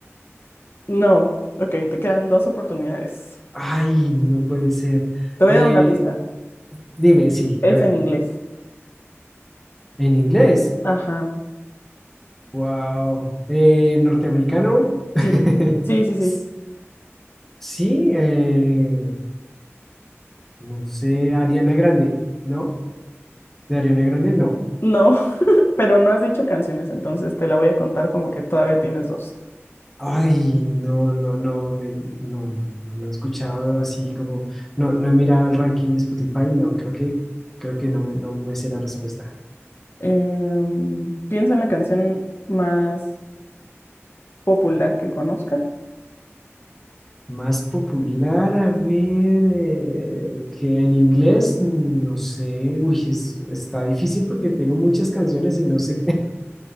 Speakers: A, on the left (about 50°); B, in the centre.
A: No. Ok, te quedan dos oportunidades.
B: Ay, no puede ser.
A: Te voy
B: Eh,
A: a dar una pista.
B: dime, sí,
A: Es
B: a ver.
A: en inglés.
B: En inglés.
A: Ajá.
B: Wow. Eh, norteamericano.
A: Sí.
B: <laughs>
A: Sí, sí, sí.
B: S- Sí, eh, no sé, Ariana Grande, ¿no? De Ariana Grande, no.
A: No, <laughs> pero no has dicho canciones, entonces te la voy a contar como que todavía tienes dos.
B: Ay, no, no, no, me- no, no, no, no he escuchado así como, no, no he mirado el ranking de Spotify, no, creo que, creo que no me, no me sé la respuesta.
A: Em, piensa en la canción más popular que conozcas.
B: Más popular, a ver, eh, que en inglés, no sé, uy, es- está difícil porque tengo muchas canciones y no sé,